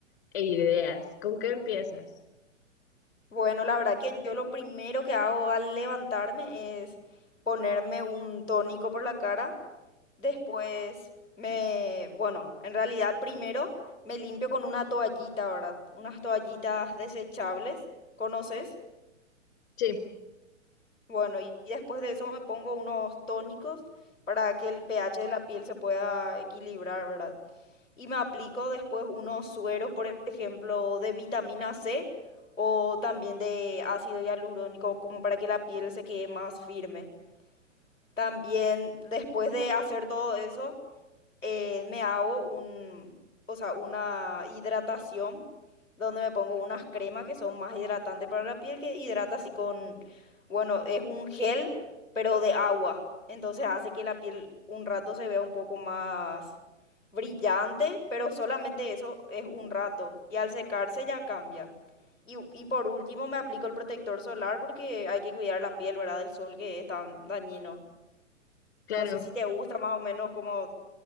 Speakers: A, on the left; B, on the left.
A: e ideas. ¿Con qué empiezas?
B: Bueno, la verdad que yo lo primero que hago al levantarme es ponerme un tónico por la cara. Después me, bueno, en realidad primero me limpio con una toallita, ¿verdad? Unas toallitas desechables, ¿conoces?
A: Sí,
B: Bueno, y y después de eso me pongo unos tónicos para que el pH de la piel se pueda equilibrar, ¿verdad? y me aplico después unos sueros, por ejemplo, de vitamina C o también de ácido hialurónico, como para que la piel se quede más firme. También después de hacer todo eso, eh, me hago un, o sea, una hidratación donde me pongo unas cremas que son más hidratantes para la piel, que hidrata así con, bueno, es un gel, pero de agua. Entonces hace que la piel un rato se vea un poco más brillante, pero solamente eso es un rato. Y al secarse ya cambia. Y, y por último me aplico el protector solar porque hay que cuidar la piel, ¿verdad? Del sol que es tan dañino.
A: claro.
B: No sé si te gusta más o menos como